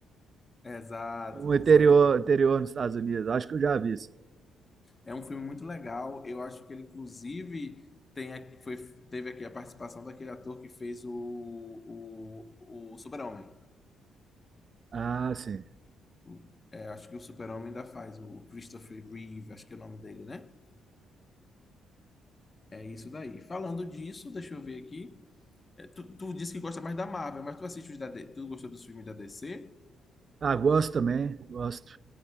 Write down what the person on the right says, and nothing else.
Um interior,
interior nos Estados Unidos. Acho que eu já vi isso.
Ah, sim.
Ah, gosto também, gosto.